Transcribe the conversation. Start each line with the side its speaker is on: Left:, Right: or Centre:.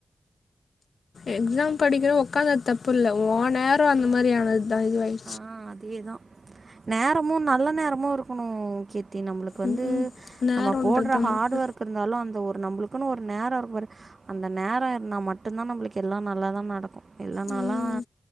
Left: எக்ஸாம் படிக்கிற உட்காந்தது தப்பு இல்ல ஓன் நேரம் அந்த மாறி ஆனதுதா இதுவாயி
Right: ஆ அதே தா நேரமும் நல்ல நேரமும் இருக்கணு கீர்த்தி நம்பளுக் வந்து
Left: ம் ம் நேரோன்றதுதா
Right: நம்ம போடுற ஹார்ட் ஒர்க் இருந்தாலு அந்த ஒரு நம்மளுக்குன்னு ஒரு நேரம் இருக்கு பாரு அந்த நேரம் இருந்தா மட்டுதா நம்மளுக்கு எல்லா நல்லதா நடக்கும் இல்லனாலா
Left: ம்